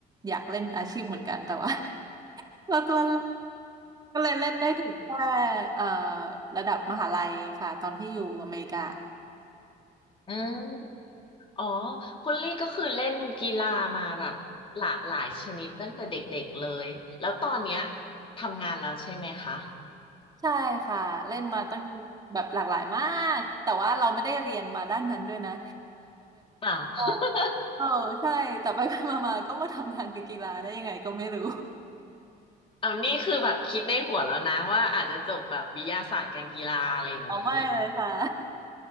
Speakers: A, on the right (about 25°); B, on the left (about 30°).
A: อยากเล่นอาชีพเหมือนกันแต่ว่า <laughs> เราตัวเล็กก็เลยเล่นได้ถึงแค่เอ่อระดับมหาลัยค่ะตอนที่อยู่อเมริกา
B: อืมอ๋อคุณลี่ก็คือเล่นกีฬามาแบบหลากหลายชนิดตั้งแต่เด็กๆเลยแล้วตอนเนี้ยทำงานแล้วใช่ไหมคะ
A: ใช่ค่ะเล่นมาตั้งแบบหลากหลายมากแต่ว่าเราไม่ได้เรียนมาด้านนั้นด้วยนะ
B: อ้าว <laughs>
A: ก็เออใช่แต่ไป <laughs> ๆมาๆก็มาทำงานกับกีฬาได้ยังไงก็ไม่รู้
B: เอานี่คือแบบคิดในหัวแล้วนะว่าอาจจะจบแบบวิทยาศาสตร์การกีฬาอะไรอย่างนี้
A: อ๋อไม่เลยค่ะ